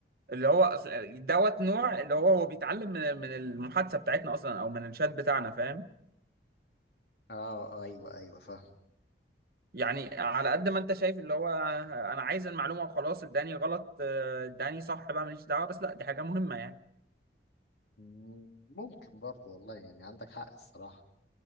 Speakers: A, on the right (about 55°); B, on the left (about 65°).
A: اللي هو أصل- دوت نوع اللي هو هو بيتعلم من من المحادثه بتاعتنا اصلا او من الشات بتاعنا فاهم
B: اه آه، ايوه ايوه فاهم
A: يعني على قد ما انت شايف اللي هو انا عايز المعلومه وخلاص اداني غلط آه، اداني صح بقى ماليش دعوه بس لا دي حاجه مهمه يعني
B: مم، ممكن برضو والله يعني عندك حق الصراحه